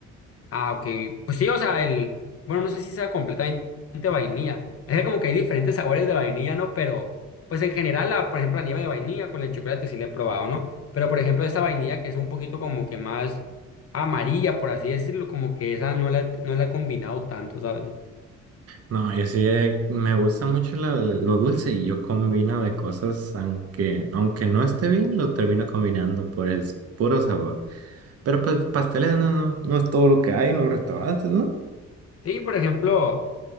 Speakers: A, on the left; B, on the right.
A: Ah, ok. Pues sí, o sea, el, bueno, no sé si sea completamente vainilla. Es que como que hay diferentes sabores de vainilla, ¿no? Pero, pues en general, la, por ejemplo, la nieve de vainilla con el chocolate sí la he probado, ¿no? Pero, por ejemplo, esta vainilla que es un poquito como que más amarilla, por así decirlo, como que esa no la, no la he combinado tanto, ¿sabes?
B: No, yo sí eh, me gusta mucho la- lo dulce y yo combino de cosas, aunque, aunque no esté bien, lo termino combinando por el s- puro sabor. Pero pues pasteles no, no, no es todo lo que hay en los restaurantes, ¿no?
A: Sí, por ejemplo,